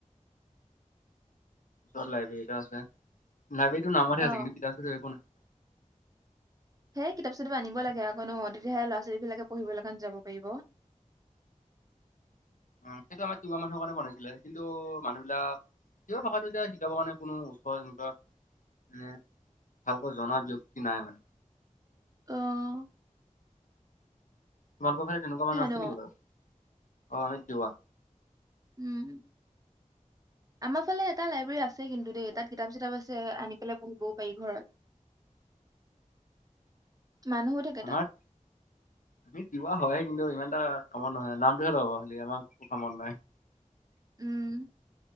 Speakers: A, on the left (about 75°); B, on the right (about 25°).
A: ৰ লাইব্ৰেৰীত এটা আছে। লাইবেৰীটো নামত
B: অ
A: আছে কিন্তু কিতাপ চিতাপ একো নাই।
B: হেই কিতাপ চিতাপ আনিব লাগে আকৌ ন? তেতিয়াহে ল'ৰা-ছোৱালী বিলাকে পঢ়িবলৈ কাৰণে যাব পাৰিব।
A: অ', সেইটো আমাৰ তিৱা মানুহৰ কাৰণে বনাইছিলে, কিন্তু মানুহবিলাকে তিৱা ভাষাটো এতিয়া শিকাবৰ কাৰণে কোনো ওচৰ এনেকুৱা মানে ভালকৈ জনা ব্যক্তি নাই মানে।
B: অহ।
A: তোমালোকৰ ফালে তেনেকুৱা মানুহ আছিল
B: ন
A: নেকি বাৰু? অ', আমি তিৱয়াহ।
B: উম, আমাৰ ফালে এটা লাইব্ৰেৰী আছে কিন্তু দেই তাত কিতাপ চিতাপ আছে আনি পেলাই পঢ়িবও পাৰি ঘৰত। মানুহো থাকে
A: আমাৰ
B: তাত
A: আমি তিৱা হয়। কিন্তু ইমান এটা কামত নহয় নামটোহে ল'ব খালি আমাক একো কামত নাই।
B: উম।